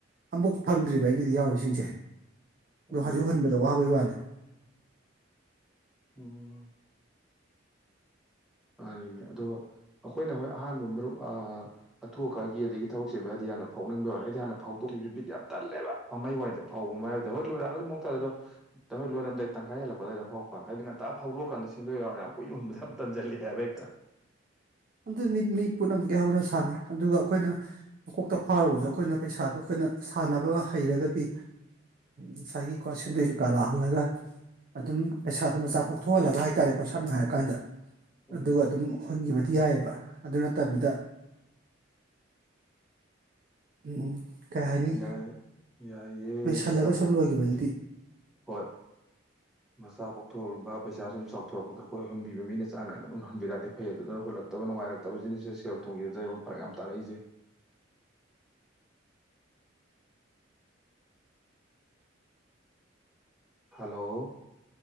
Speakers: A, on the right; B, in the centre.
A: ꯑꯃꯨꯐꯛ ꯐꯪꯗ꯭ꯔꯤꯕ ꯑꯩꯒꯤꯗꯤ ꯌꯥꯎꯔꯤꯁꯤꯡꯁꯦ
B: ꯎꯝ
A: ꯑꯗꯣ ꯍꯧꯖꯤꯛ ꯍꯨꯟꯕꯗ ꯋꯥꯕꯩ ꯋꯥꯅꯤ
B: ꯎꯝ ꯃꯥꯅꯤꯅꯦ ꯑꯗꯨꯒ ꯑꯩꯈꯣꯏꯅ ꯍꯣꯏ ꯑꯍꯥꯟꯕ ꯃꯔꯨꯞ ꯑ ꯑꯊꯨ ꯑꯀꯥꯏꯒꯤ ꯑꯗꯒꯤ ꯊꯕꯛ ꯆꯦꯟꯕ ꯍꯥꯏꯗꯤ ꯍꯥꯟꯅ ꯐꯥꯎꯅꯤꯡꯕ ꯋꯥꯅꯤ ꯑꯩꯗꯤ ꯍꯥꯟꯅ ꯐꯥꯎꯗꯣꯛꯈꯤꯕꯁꯤ ꯕꯤꯠ ꯌꯥꯝ ꯇꯜꯦꯕ ꯃꯃꯩ ꯋꯥꯏꯗ ꯐꯥꯎꯕ ꯃꯥꯏꯗ ꯍꯣꯏ ꯂꯣꯏꯔꯛꯑꯒꯁꯨ ꯃꯨꯛ ꯇꯥꯗ ꯑꯗꯣ ꯍꯣꯏꯔꯝꯗꯥꯏ ꯇꯪꯈꯥꯏ ꯍꯂꯛꯄꯗꯏꯗ ꯐꯥꯎ ꯄꯥꯝ ꯍꯥꯏꯗꯤ ꯉꯥꯛꯇ ꯐꯥꯎꯗꯣꯛꯑꯀꯥꯟꯗ ꯁꯦꯟꯗꯣꯏ ꯌꯥꯎꯔ ꯌꯥꯝ ꯀꯨꯏ ꯌꯨꯟꯕꯗ ꯌꯥꯝ ꯇꯟꯁꯤꯜꯂꯤ ꯌꯥꯕꯩꯛꯇ
A: ꯑꯗꯨ ꯃꯤ ꯃꯤ ꯄꯨꯝꯅꯃꯛꯀꯤ ꯍꯧꯅ ꯁꯥꯟꯅꯩ ꯑꯗꯨꯒ ꯑꯩꯈꯣꯏꯅ ꯃꯀꯣꯛꯇ ꯐꯥꯎꯔꯒꯁꯨ ꯑꯩꯈꯣꯏꯅ ꯄꯩꯁꯥꯗꯣ ꯑꯩꯈꯣꯏꯅ ꯁꯥꯟꯅꯕ ꯍꯩꯔꯒꯗꯤ ꯉꯁꯥꯏꯒꯤꯀꯣ ꯁꯦꯟꯗꯣꯏ ꯀꯩꯀꯥ ꯂꯥꯛꯍꯜꯂꯒ ꯑꯗꯨꯝ ꯄꯩꯁꯥꯗꯣ ꯃꯆꯥ ꯄꯣꯛꯊꯣꯛꯍꯜꯂꯒ ꯍꯥꯏꯇꯥꯔꯦꯀꯣ ꯁꯝꯅ ꯍꯥꯏꯔ ꯀꯥꯟꯗ
B: ꯎꯝ
A: ꯑꯗꯨꯒ ꯑꯗꯨꯝ ꯍꯨꯟꯈꯤꯕ ꯗꯤ ꯌꯥꯏꯑꯕ ꯑꯗꯨꯅ ꯇꯕꯤꯗ ꯎꯝ ꯀꯩ ꯍꯥꯏꯅꯤ
B: ꯌꯥꯏ ꯌꯥꯏꯌꯦ
A: ꯂꯣꯏ ꯁꯜꯂꯒ
B: ꯃꯆꯥ ꯄꯣꯛ
A: ꯁꯨꯝ ꯂꯣꯏꯈꯤꯕꯗꯨꯗꯤ
B: ꯍꯣꯏ ꯃꯆꯥ ꯄꯣꯛꯊꯣꯛꯍꯂꯝꯕ ꯄꯩꯁꯥ ꯁꯨꯝ ꯆꯥꯎꯊꯣꯔꯛꯄꯗꯣ ꯍꯣꯏ ꯍꯨꯍꯟꯕꯤꯕ ꯃꯤꯅ ꯆꯥꯡ ꯅꯥꯏꯅ ꯑꯗꯨꯝ ꯎ ꯍꯟꯕꯤꯔꯗꯤ ꯐꯩ ꯑꯗꯨꯅ ꯍꯨꯜꯂꯛꯇꯕ ꯅꯨꯡꯉꯥꯏꯔꯛꯇꯕ ꯖꯤꯅꯤꯁꯁꯦ ꯁꯦꯜ ꯊꯨꯝꯒꯤꯗꯨꯗ ꯐꯔꯛ ꯌꯥꯝ ꯇꯥꯔꯛꯏꯁꯦ ꯍꯜꯂꯣ